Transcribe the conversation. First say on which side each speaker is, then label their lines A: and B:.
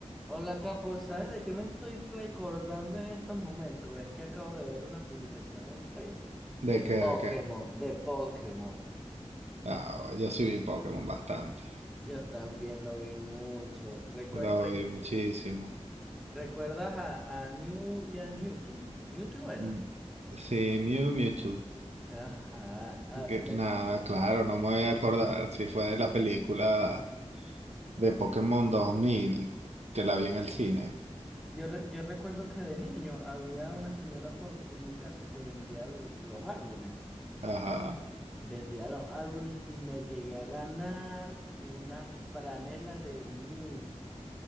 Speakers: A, in the centre; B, on the right (about 70°).
A: Hola Capo, ¿sabes de qué me estoy recordando en estos momentos? Es que acabo de ver una publicación en Facebook de
B: ¿De qué?
A: Pokémon,
B: ¿De qué?
A: de Pokémon.
B: Ah, yo sí vi Pokémon bastante.
A: Yo también lo vi mucho. Recue-
B: Lo
A: re-
B: vi muchísimo.
A: ¿recuerdas a, a New y a Newton? ¿Newton era?
B: Mm, Sí, Mew Mewtwo.
A: Ajá. ah,
B: Que-
A: me-
B: nada, claro, no me voy a acordar si fue de la película de Pokémon dos mil que la vi en el cine.
A: yo, re- yo recuerdo que de niño había una señora por, por mi casa que vendía l- los álbumes.
B: Ajá.
A: Vendía los álbumes y me llegué a ganar una franela de Mew.